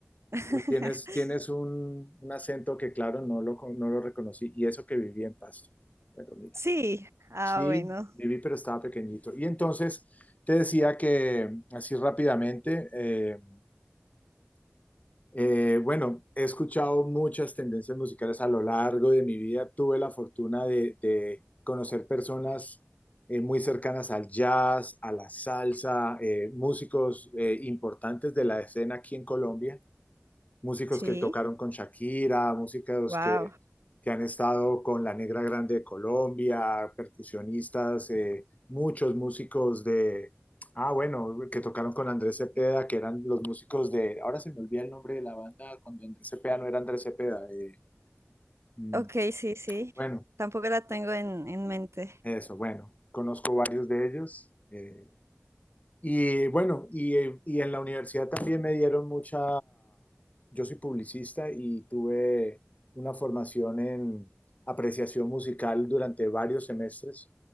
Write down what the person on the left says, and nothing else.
Pero tienes, tienes un, un acento que, claro, no lo, con- no lo reconocí. Y eso que viví en Pasto. Pero mira,
sí,
viví, pero estaba pequeñito. Y entonces te decía que, así rápidamente, eh, eh, bueno, he escuchado muchas tendencias musicales a lo largo de mi vida. Tuve la fortuna de, de conocer personas eh, muy cercanas al jazz, a la salsa, eh, músicos eh, importantes de la escena aquí en Colombia músicos
que tocaron con Shakira, músicos
que, que han estado con la Negra Grande de Colombia, percusionistas, eh, muchos músicos de, ah, bueno, que tocaron con Andrés Cepeda, que eran los músicos de, ahora se me olvida el nombre de la banda, cuando Andrés Cepeda no era Andrés Cepeda. eh, mm,
bueno,
eso, bueno, conozco varios de ellos. eh, Y bueno, y, eh, y en la universidad también me dieron mucha, yo soy publicista y tuve una formación en apreciación musical durante varios semestres